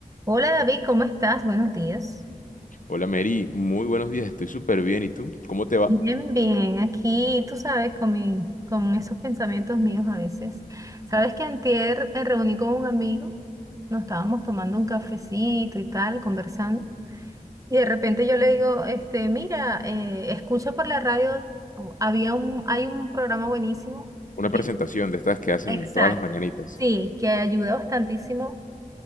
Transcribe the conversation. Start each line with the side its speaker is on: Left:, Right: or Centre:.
Right: Hola David, ¿cómo estás? Buenos días.
Left: Hola Mary, muy buenos días, estoy súper bien. ¿Y tú? ¿Cómo te va?
Right: Bien, bien. Aquí, tú sabes, con mi, con esos pensamientos míos a veces. Sabes que antier me reuní con un amigo, nos estábamos tomando un cafecito y tal, conversando. Y de repente yo le digo, este, mira, eh, escucha por la radio, o- había un, hay un programa buenísimo
Left: Una
Right: que,
Left: presentación de estas que hacen
Right: exacto,
Left: todas las mañanitas.
Right: sí, que ayuda bastantísimo